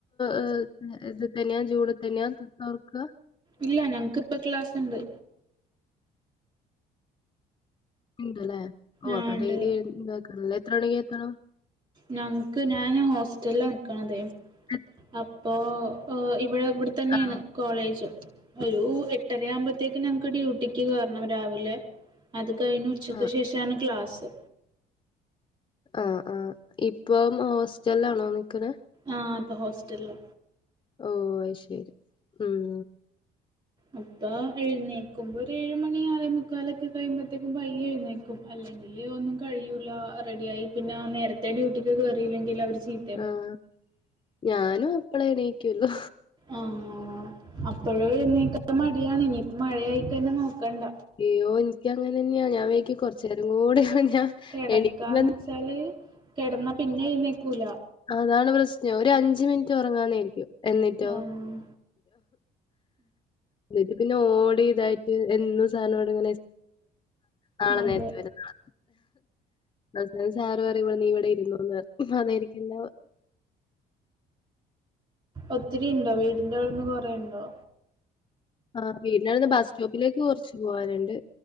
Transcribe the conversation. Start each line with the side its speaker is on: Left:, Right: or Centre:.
Left: ഏഹ് ഏഹ് ഇത് തന്നെയാ ജൂണി തന്നെയാ തൊർക്ക
Right: ഇല്ല ഞങ്ങക്ക്പ്പ ക്ലാസ്ണ്ട്
Left: ഇണ്ട്ല്ലേ ഓഹ്
Right: ആഹ്
Left: അപ്പൊ
Right: ഇണ്ട്
Left: ഡെയിലി ഇതാക്കണല്ലേ എത്ര മണിക്ക് എത്തണം
Right: ഞങ്ങക്ക് ഞാൻ ഹോസ്റ്റലില നിക്കണതെ
Left: എ-
Right: അപ്പോ ഇവിടെ ഇവിടെ ത്തന്നെയാണ്
Left: ആണോ?
Right: കോളേജ് ഒരു എട്ടര ആമ്പോത്തെക്ക് ഞങ്ങക്ക് ഡ്യൂട്ടിക്ക്‌ കേറണ റണം രാവിലെ അത് കഴിഞ്ഞു ഉച്ചക്ക്
Left: ആ
Right: ശേഷാണ് ക്ലാസ്സ്
Left: ആഹ് ആഹ് ഇപ്പം ഹോസ്റ്റലിലാണോ നിക്കണെ
Right: ആഹ് ഇപ്പം ഹോസ്റ്റലില
Left: ഓഹ് അയ് ശരി ഉം
Right: അപ്പൊ എഴുന്നേക്കുമ്പോ ഒരു ഏഴുമണി ആറേ മുക്കാലൊക്കെ കഴിയുമ്പോഴത്തേക്കും പയ്യേ എഴുന്നേക്കും അല്ലെ ഒന്നും കഴിയൂല്ല റെഡിയായി പിന്നെ നേരത്തെ ഡ്യൂട്ടിക്ക് കയറിയില്ലെങ്കി അവര് ചീത്ത
Left: ആഹ് ഞാനും അപ്പളെ എണീകൊള്ളു
Right: ആഹ് അപ്പോഴും എഴുന്നേക്കാ മടിയാണ് ഇനിയിപ്പോ മഴയായിക്കഴിഞ്ഞ നോക്കണ്ട
Left: അയ്യോ എനിക്കങ്ങനെ അന്നെയാ ഞാൻ വൈക്ക് കുറച്ച് നേരം കൂടെയ ഞാൻ
Right: കിടക്കാന്ന്
Left: എണീക്കുമെന്ന്
Right: വെച്ചാല് കിടന്ന പിന്നെ എഴുന്നേക്കൂല
Left: അതാണ് പ്രശ്നം ഒരു അഞ്ച് മിനിറ്റ് ഉറങ്ങാന്ന് വിചാരിക്കും എന്നിട്ടോ
Right: ആഹ്
Left: എന്നിട്ട് പിന്നെ ഓടി ഇതായിട്ട് എന്നും സാറിനോട് ഇങ്ങനെ നാളെ
Right: അതെ
Left: നേരത്തെ വരും നാ അപ്പോ സാറ് പറേം ഇവിടെ നീ ഇവിടെ ഇരുന്നോന്നറയും അതായിരിക്കല്ല
Right: ഒത്തിരി ഇണ്ടോ വീടിന്റെ അവിടുന്ന് കൊറേ ഇണ്ടോ?
Left: ആഹ് വീടിൻ്റെ അവിടുന്ന് ബസ് സ്റ്റോപ്പിലേക്ക് കുറച്ച് പോകാനുണ്ട്